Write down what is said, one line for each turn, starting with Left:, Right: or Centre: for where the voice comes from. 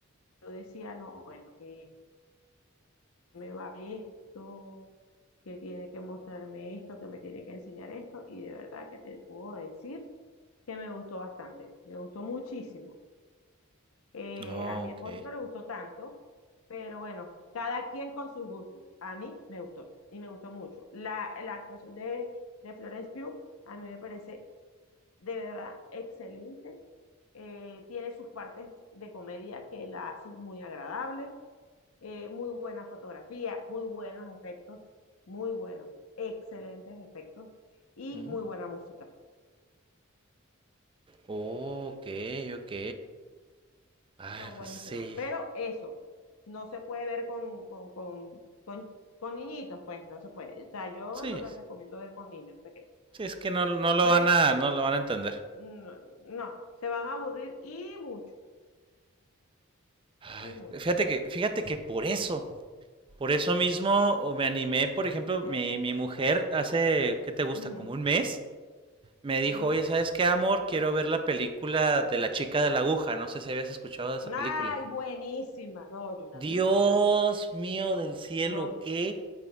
Left: Yo decía, no, bueno, que me va esto? que tiene que mostrarme esto, que me tiene que enseñar esto, y de verdad que te puedo decir que me gustó bastante, me gustó muchísimo. Eh,
Right: Oh,
Left: a mi esposo
Right: ok.
Left: no le gustó tanto, pero bueno, cada quien con sus gustos. A mí me gustó y me gustó mucho. La, la actuación de, de Florence Pugh a mí me parece de verdad excelente. Eh, tiene sus partes de comedia que la hacen muy agradable eh, muy buena fotografía, muy buenos efectos, muy buenos, excelentes efectos y
Right: Ujú.
Left: muy buena música.
Right: Oh, ok, ok. Ay,
Left: No, buenísima.
Right: pues sí.
Left: Pero eso, no se puede ver con, con, con, con, con niñitos, pues no se puede. O sea, yo
Right: Sí.
Left: no les recomiendo ver con niños pequeños.
Right: Sí, es que no, no lo
Left: No
Right: van
Left: es,
Right: a, no lo van a entender.
Left: no, no, se van a aburrir y mucho,
Right: Ay,
Left: y mucho.
Right: fíjate que, fíjate que por eso. Por eso mismo o me animé, por ejemplo, mi, mi mujer hace, ¿qué te gusta?
Left: Ujú,
Right: Como un mes. Me dijo,
Left: mm.
Right: oye, ¿sabes qué, amor? Quiero ver la película de la chica de la aguja. No sé si habías escuchado de esa
Left: Ay,
Right: película.
Left: buenísima. No, yo la
Right: Dios
Left: vi, claro.
Right: mío del cielo,
Left: No,
Right: qué